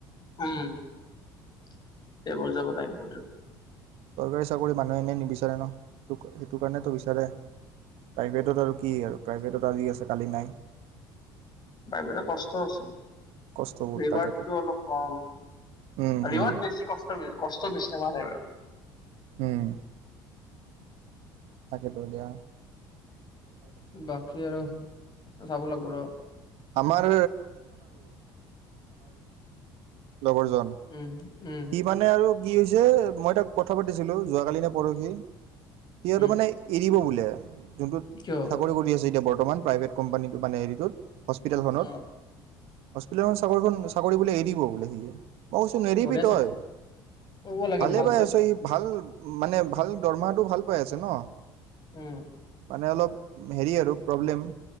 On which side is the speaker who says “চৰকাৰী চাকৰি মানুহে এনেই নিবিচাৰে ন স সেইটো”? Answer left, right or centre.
Right